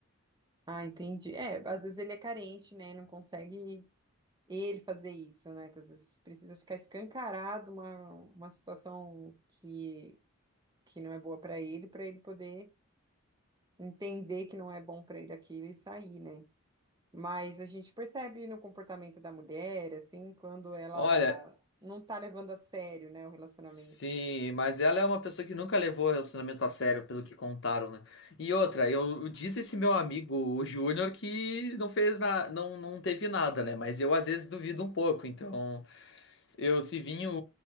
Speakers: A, on the right (about 20°); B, on the left (about 55°).
A: Ah, entendi. É, às vezes ele é carente, né? Não consegue ele fazer isso, né? Às vezes precisa ficar escancarado uma, uma situação que, que não é boa para ele, para ele poder entender que não é bom para ele aquilo e sair, né? Mas a gente percebe no comportamento da mulher, assim, quando ela
B: Olha,
A: não tá levando a sério, né, o relacionamento.
B: Sim, mas ela é uma pessoa que nunca levou relacionamento a sério, pelo que contaram, né? E outra, eu eu disse esse meu amigo, o Júnior, que não fez na, não, não teve nada, né? Mas eu às vezes duvido um pouco. Então, eu se vinha o,